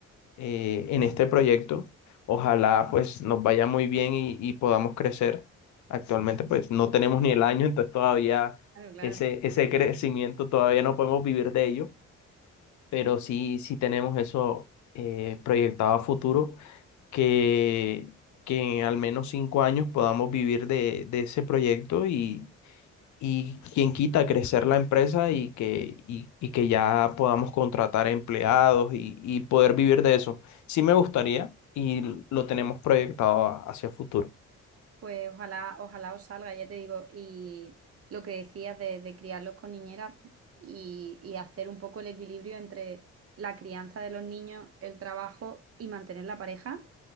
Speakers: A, on the left (about 70°); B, on the right (about 50°).
A: eh, en este proyecto. Ojalá pues nos vaya muy bien y, y podamos crecer. Actualmente pues no tenemos ni el año, entonces todavía
B: claro, claro.
A: ese, ese crecimiento todavía no podemos vivir de ello, pero sí, sí tenemos eso eh, proyectado a futuro que, que en al menos cinco años podamos vivir de, de ese proyecto y, y quien quita crecer la empresa y que, y, y que ya podamos contratar empleados y, y poder vivir de eso. Sí me gustaría y lo tenemos proyectado a- hacia futuro.
B: Pues ojalá, ojalá os salga, ya te digo, y lo que decías de, de criarlos con niñeras y, y hacer un poco el equilibrio entre la crianza de los niños, el trabajo y mantener la pareja.